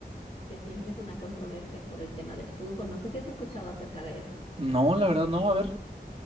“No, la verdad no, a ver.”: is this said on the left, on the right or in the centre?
Right